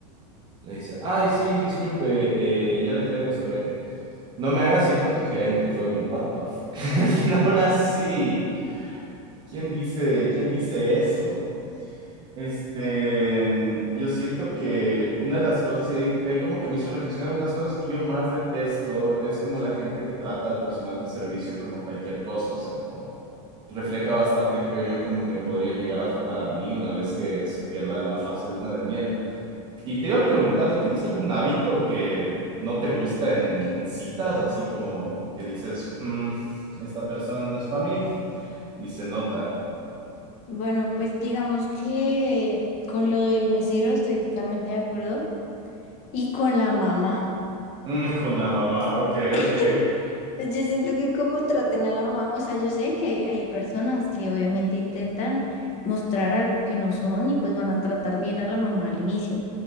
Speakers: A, on the right; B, on the left.
A: Le dice, ay, sí, disculpe, eh, ya le traigo un sorbete. No me hagas ir con tu gerente. Y fue un, what the fuck? <laughs> ¿Quién habla así? ¿Quién dice, quién dice eso? Este, mm, yo siento que una de las cosas, y ahí, de ahí como que me hizo reflexionar, una de las cosas que yo más detesto es como la gente que trata al personal de servicio como cualquier cosa, o sea, como refleja bastante, creo yo, como me podrían llegar a tratar a mí una vez que se pierda la fase luna de miel. Y te iba a preguntar, ¿tú tienes algún hábito que no te gusta en, en citas, así como que dices, "Mm, esta persona no es para mí y se nota
B: Bueno, pues digamos que con lo del mesero estoy totalmente de acuerdo y con la mamá.
A: Mm, con la mamá, ok,
B: <laughs>
A: ok.
B: Yo siento que como traten a la mamá, o sea, yo sé que hay, hay personas que obviamente intentan mostrar algo que no son y pues van a tratar bien a la mamá al inicio,